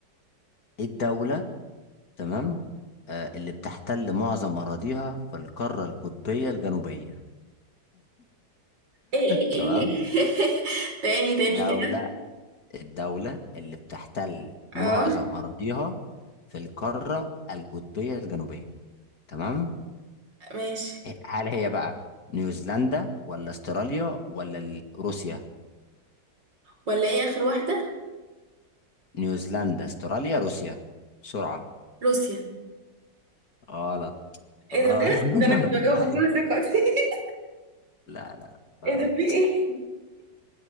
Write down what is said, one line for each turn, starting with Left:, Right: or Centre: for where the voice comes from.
Left: ايه الدوله تمام آه اللي بتحتل معظم اراضيها في القاره القطبيه الجنوبيه
Right: ايه ايه
Left: تمام
Right: ايه <laughs> تاني تاني
Left: دوله
Right: كده
Left: الدوله اللي بتحتل معظم
Right: اه
Left: اراضيها في القاره القطبيه الجنوبيه تمام
Right: ماشي
Left: إيه، هل هي بقى نيوزيلندا ولا استراليا ولا ال- روسيا
Right: ولا ايه اخر واحدة
Left: نيوزيلندا استراليا روسيا بسرعة
Right: روسيا
Left: غلط
Right: ايه
Left: غلط
Right: ده بجد ده انا كنت بجاوب
Left: <laughs> أيوة.
Right: بكل ثقة <laughs>
Left: لا لا
Right: ايه
Left: غلط
Right: ده في ايه